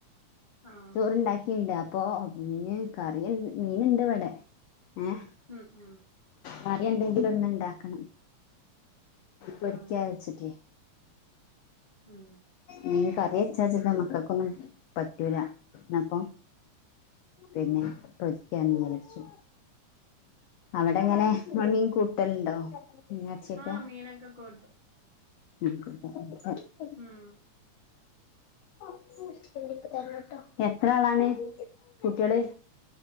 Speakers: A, on the left; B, on the left.
A: ആഹ്
B: ചോറുണ്ടാക്കി. ക്കിണ്ട് അപ്പൊ പിന്നെ കറിയ മീൻണ്ട് ഇവിടെ ഏഹ.
A: ഉം ഉം.
B: കറിയെന്തെങ്കിലൊന്ന്ണ്ടാക്കണം പൊരിക്കാ
A: ആഹ്
B: വെച്ചിട്ടേ.
A: ഉം.
B: മീൻ കറി വച്ചാൽ ചിലപ്പോ മക്കൾക്ക് ഒന്നും പറ്റൂല എന്നപ്പം പിന്നെ പൊരിക്കാന്ന് വിചാരിച്ചു. അവിടെ എങ്ങനെ മീൻ കൂട്ടലുണ്ടോ മീനും ഇറച്ചിയും ഒക്കെ
A: ആഹ് മീനൊക്കെ കൂട്ടും
B: <unintelligible>
A: ഉം.
B: <unintelligible> എത്ര ആളാണ് കുട്ട്യേള്.